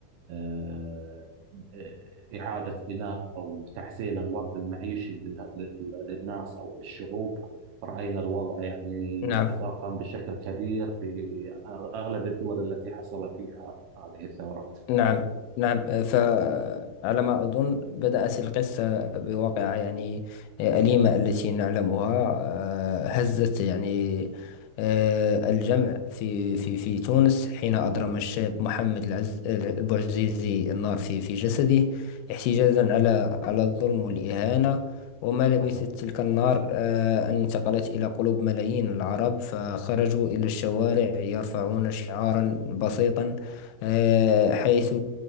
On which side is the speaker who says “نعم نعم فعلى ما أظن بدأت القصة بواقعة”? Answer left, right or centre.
Left